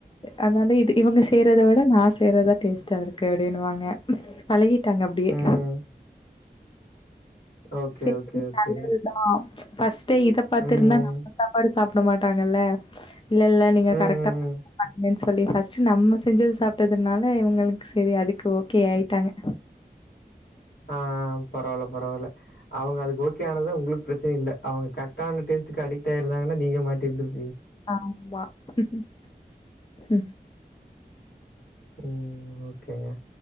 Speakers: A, on the left; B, on the left.
A: அதுனால இது இவங்க செய்யறத விட நான் செய்றது டேஸ்ட்டா இருக்கு அப்பிடின்னுவாங்க பழகிட்டாங்க அப்பிடியே
B: ம்.
A: <unintelligible>
B: okay,
A: சேனல்
B: okay, Okay.
A: தான் பஸ் அத்தை இத பாத்துருந்த
B: ம்.
A: நம்ம சாப்பாடு சாப்பிடமாட்டங்கள்ல இல்ல இல்ல நீங்க
B: ம். ம்.
A: கரெக்டா <unintelligible> சொல்லி ஃபஸ்ட்டு நம்ம செஞ்சது சாப்பிடதுனால இவங்களுக்கு சரி அதுக்கு ஓகே ஆயிட்டாங்க
B: ஹா ஹா பரவல பரவல அவுங்க அதுக்கு ஓக்கேயானா தான் உங்களுக்கு பிரச்சயில்ல அவங்க கரெக்டான டேஸ்டு அடிக் இருந்தாங்கானா நீங்க மாட்டி இருந்
A: ஆம்மா ம் ம்
B: ம் ஓகேங்க